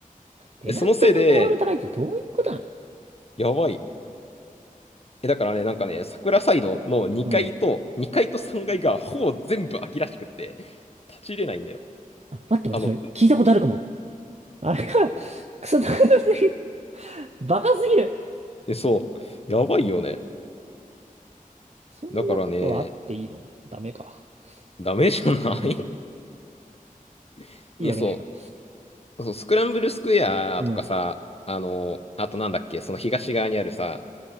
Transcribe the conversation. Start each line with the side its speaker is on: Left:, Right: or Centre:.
Right: テナント問題ほど高いってどういうことなの
Left: えそのせいで、やばい。え、だからね、なんかね、桜サイドの2階と、
Right: うん。
Left: 2階と3階がいがほぼ全部空きらしくって、立ち入れないんだよ。
Right: あ、待って、俺それ聞いたことあるかも。
Left: あの、
Right: あれか、クソ高いバカすぎる。
Left: え、そう、やばいよね。
Right: そんなことあっていいのダメか。
Left: だからね、ダメじゃない
Right: <laughs>
Left: <laughs>
Right: いいわけないか。
Left: え、そう、そう、スクランブルスクエアとかさ、
Right: うん。
Left: あの、あとなんだっけ、その東側にあるさ、